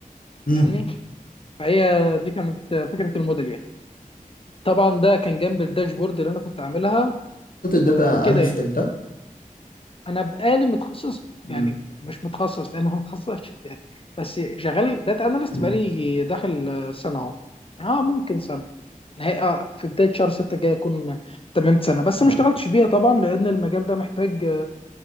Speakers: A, on the left (about 80°); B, on the left (about 40°).
A: مم.
B: فاهمني فهي دي كانت فكره الموديل يعني طبعا ده كان جنب الداشبورد اللي انا كنت عاملها
A: قلت الداتا
B: و... وكده
A: اناليست
B: يعني
A: امتى؟
B: انا بقالي متخصص
A: مم.
B: يعني مش متخصص لان انا ما متخصصش يعني بس شغال داتا اناليست
A: مم.
B: بقالي داخل سنه اهو اه ممكن سنه نهاية اه في بدايه شهر 6 الجاي اكون تممت سنه بس
A: احنا
B: ما اشتغلتش بيها طبعا لان المجال ده محتاج